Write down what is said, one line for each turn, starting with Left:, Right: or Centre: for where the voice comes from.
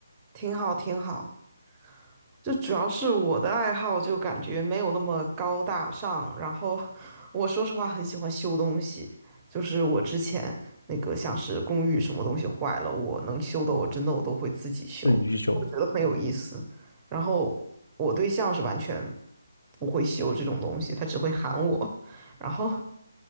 Right: 挺好，挺好。就主要是我的爱好就感觉没有那么高大上，然后我说实话很喜欢修东西，就是我之前那个像是公寓什么东西坏了，我能修的我真的我都会自己修，
Left: 自己去修。
Right: 我觉得很有意思。然后我对象是完全不会修这种东西，他只会喊我，然后